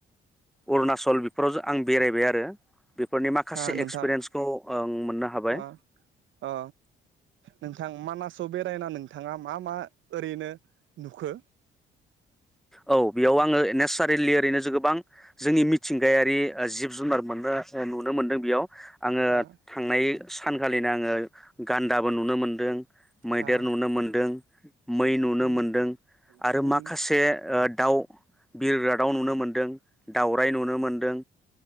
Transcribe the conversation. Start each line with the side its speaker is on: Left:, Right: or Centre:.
Centre: अरुणचल बेफोराव जों आं बेरायबाय आरो बेफोरनि माखासे
Right: हा नोंथां
Centre: एक्सपिरियेन्सखौ ओ मोननो हाबाय
Right: अ अ नोंथां मानासाव बेरायना नों थाङा मा मा ओरैनो नुखो
Centre: औ बेयाव आङो नेसारेलि ओरैनो जों गोबां जोंनि मिथिंगायारि जिब जुनार मोननो नुनो मोनदों बेयाव आङो
Right: हा
Centre: थांनाय सानखालिनो आङो गान्दाबो नुनो मोनदों मैदेर
Right: हा
Centre: नुनो मोनदों <inaudible> मै नुनो
Right: उम
Centre: मोनदों आरो
Right: उम
Centre: माखा से दाउ बिरग्रा दाव नुनो मोनदों दाउराइ नुनो मोनदों